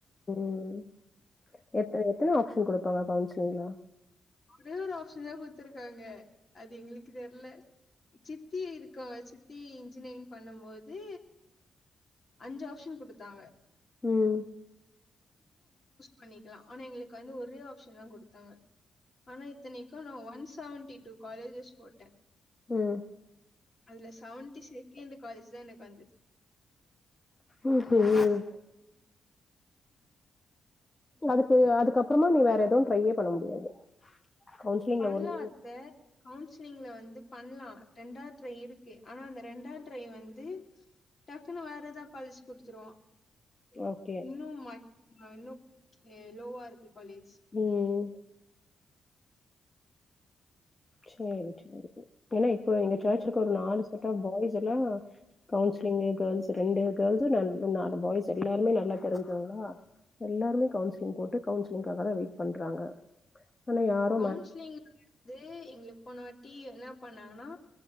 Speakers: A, on the left; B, on the left.
A: ம் எத் எத்தனை ஆப்ஷன் குடுப்பாங்க கவுன்சிலிங்ல
B: ஒரே ஒரு ஆப்ஷன் தான் குத்துருக்காங்க அது எங்களுக்கு தெர்ல சித்தி இருக்காங்க சித்தி இன்ஜினியரிங் பண்ணும் போது அஞ்சி ஆப்ஷன் குடுத்தாங்க
A: ம்
B: பண்ணிக்கலாம் ஆனா எங்களுக்கு வந்து ஒரே ஆப்ஷன் தான் குடுத்தாங்க ஆனா இத்தனைக்கும் நான் ஒன் செவன்ட்டி டூ காலேஜஸ் போட்டேன்
A: ம்.
B: அதுல செவன்ட்டி சி கே இந்த காலேஜி தான் எனக்கு வந்தது
A: உம் ம் அதுக்கு அதுக்கப்புறமா நீ வேற எதுவு ட்ரையே பண்ண முடியாது கவுன்சிலிங்ல
B: பண்லாத்த
A: ஒன்னு
B: கவுன்சிலிங்ல வந்து பண்ணலாம் ரெண்டா ட்ரை இருக்கு ஆனா அந்த ரெண்டா ட்ரை வந்து டக்குன்னு வேற எதா காலேஜு குடுத்துருவான்
A: ஓகே
B: இன்னும் மட் இன்னும் லோவா இருக்க காலேஜ்
A: ம் சேரி சேரி ஏன்னா இப்போ எங்க சர்ச் இருக்க ஒரு நாலு செட் ஆ பாய்ஸ்ல்லா கவுன்சிலிங் கேல்ஸ் ரெண்டு கேல்ஸ் நன் நாலு பாய்ஸ் எல்லாருமே நல்லா தெரிஞ்சோங்களா எல்லாருமே கவுன்சிலிங் போட்டு கவுன்சிலிங்காக வெயிட் பண்றாங்க ஆனா யாரு
B: கவுன்சிலிங்ல
A: மே
B: இது எங்கள போனவாட்டி என்ன பண்ணாங்கன்னா